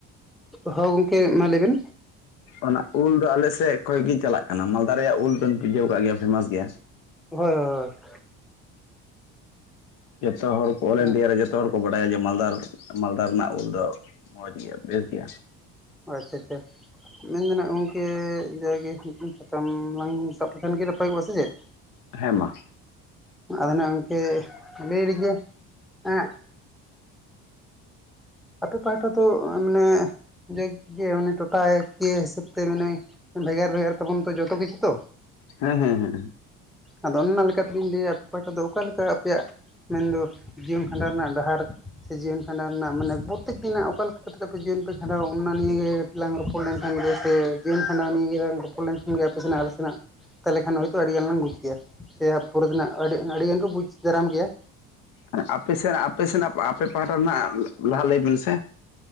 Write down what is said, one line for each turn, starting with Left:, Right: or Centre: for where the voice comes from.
Centre: ᱦᱳ ᱜᱚᱝᱠᱮ ᱢᱟ ᱞᱟᱹᱭ ᱵᱮᱱ᱾
Left: ᱚᱱᱟ ᱩᱞ ᱫᱚ ᱟᱞᱮᱥᱮᱫ ᱠᱷᱚᱡ ᱜᱮ ᱪᱟᱞᱟᱜ ᱠᱟᱱᱟ᱾ ᱢᱟᱞᱫᱟ ᱨᱮᱭᱟᱜ ᱩᱞ ᱫᱚ ᱵᱮᱱ ᱵᱩᱡᱷᱟᱹᱣ ᱠᱟᱜ ᱜᱮᱭᱟ ᱯᱷᱮᱢᱟᱥ ᱜᱮᱭᱟ᱾
Centre: ᱦᱳᱭ ᱦᱳᱭ ᱦᱳᱭ᱾
Left: ᱡᱚᱛᱚ ᱦᱚᱲ ᱠᱚ ᱚᱞ
Centre: ᱦᱳᱭ
Left: ᱤᱱᱰᱤᱭᱟ ᱨᱮ ᱡᱚᱛ ᱡᱚᱛᱚ ᱦᱚᱲ ᱠᱚ ᱵᱟᱰᱟᱭᱟ ᱡᱮ ᱢᱟᱞᱫᱟᱨ ᱢᱟᱞᱫᱟ ᱨᱮᱱᱟᱜ ᱩᱞ ᱫᱚ ᱢᱚᱡᱽ ᱜᱮᱭᱟ ᱵᱮᱥ ᱜᱮᱭᱟ᱾
Centre: ᱚ ᱟᱪᱪᱷᱟ ᱟᱪᱪᱷᱟ᱾ ᱢᱮᱱ ᱫᱚ ᱱᱟᱜ ᱜᱚᱢᱠᱮ ᱡᱟᱜᱮ ᱢᱤᱫᱴᱤᱡ ᱥᱟᱛᱟᱢ ᱞᱟᱝ ᱥᱟᱵ ᱞᱮᱠᱷᱱ ᱜᱮ ᱱᱟᱯᱟᱭ ᱠᱚᱜᱼᱟ ᱥᱮ ᱪᱮᱫ?
Left: ᱦᱮᱸ ᱢᱟ᱾
Centre: ᱟᱫᱚ ᱱᱟᱦᱜ ᱜᱚᱢᱠᱮ ᱞᱟᱹᱭ ᱟᱞᱤᱧ ᱡᱮ ᱮᱸᱜ ᱟᱯᱮ ᱯᱟᱦᱴᱟ ᱫᱚ ᱢᱟᱱᱮ ᱡᱟᱠ ᱜᱮ ᱢᱟᱱᱮ ᱴᱚᱴᱷᱟ ᱠᱤᱭᱟᱹ ᱦᱤᱥᱟᱹᱵᱽ ᱛᱮ ᱢᱮᱱᱟᱭ ᱵᱷᱮᱜᱟᱨ ᱵᱷᱮᱜᱟᱨ ᱛᱟᱵᱚᱱ ᱛᱚ ᱡᱚᱛᱚ ᱠᱤᱪᱷᱩ ᱛᱚ᱾
Left: ᱦᱮᱸ ᱦᱮᱸ ᱦᱮᱸ᱾
Centre: ᱟᱫᱚ ᱚᱱᱱᱟ ᱞᱮᱠᱟᱛᱤᱜᱤᱧ ᱞᱟᱹᱭᱟ ᱟᱯᱮ ᱯᱟᱦᱴᱟ ᱫᱚ ᱚᱠᱟᱞ ᱞᱮᱠᱟ ᱟᱯᱮᱭᱟᱜ ᱢᱮᱱᱫᱚ ᱡᱤᱭᱚᱱ ᱠᱷᱟᱸᱰᱟᱣ ᱨᱮᱱᱟᱜ ᱰᱟᱦᱟᱨ ᱥᱮ ᱡᱤᱭᱚᱱ ᱠᱷᱟᱸᱰᱟᱣ ᱨᱮᱱᱟᱜ ᱢᱟᱱᱮ ᱯᱚᱛᱮᱠ ᱫᱤᱱᱟᱜ ᱚᱠᱟ ᱞᱮᱠᱟ ᱠᱟᱛᱮᱫ ᱟᱯᱮ ᱡᱤᱭᱚᱱ ᱯᱮ ᱠᱷᱟᱸᱰᱣᱟ ᱚᱱᱱᱟ ᱱᱤᱭᱮ ᱜᱮ ᱠᱟᱹᱴᱤᱡ ᱞᱟᱝ ᱨᱚᱯᱚᱲ ᱞᱮᱱ ᱠᱷᱟᱱ ᱜᱮ ᱥᱮ ᱡᱤᱭᱚᱱ ᱠᱷᱟᱸᱰᱟᱣ ᱱᱤᱭ ᱜᱮᱞᱟᱝ ᱨᱚᱯ ᱨᱚᱯᱚᱲ ᱞᱮᱱᱠᱷᱟᱱ ᱜᱮ ᱟᱯᱮ ᱥᱮᱱᱟᱜ ᱟᱞᱮ ᱥᱮᱱᱟᱜ ᱛᱟᱞᱦᱮ ᱠᱷᱟᱱ ᱦᱳᱭᱛᱳ ᱟᱹᱰᱤᱜᱟᱱ ᱞᱟᱝ ᱵᱩᱡᱽ ᱠᱮᱭᱟ ᱥᱮ ᱯᱩᱨᱟᱹ ᱫᱤᱱᱟᱜ ᱟᱹᱰᱤ ᱟᱹᱰᱤᱜᱟᱱ ᱠᱚ ᱵᱩᱡᱽ ᱫᱟᱨᱟᱢ ᱜᱮᱭᱟ᱾
Left: ᱮᱸ ᱟᱯᱮ ᱥᱮᱱᱟᱜ ᱟᱯᱮ ᱥᱮᱱᱟᱜ ᱟᱯᱮ ᱯᱟᱦᱴᱟ ᱨᱮᱱᱟᱜ ᱞᱟᱦᱟ ᱞᱟᱹᱭᱵᱤᱱ ᱥᱮ᱾